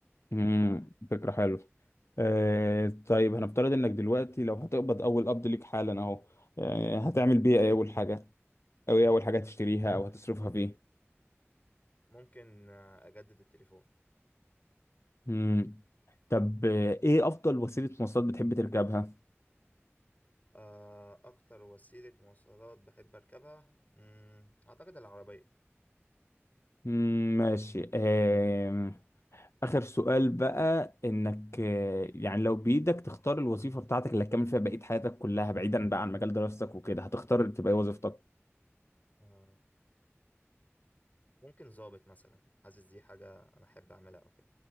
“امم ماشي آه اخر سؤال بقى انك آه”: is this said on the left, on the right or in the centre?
Left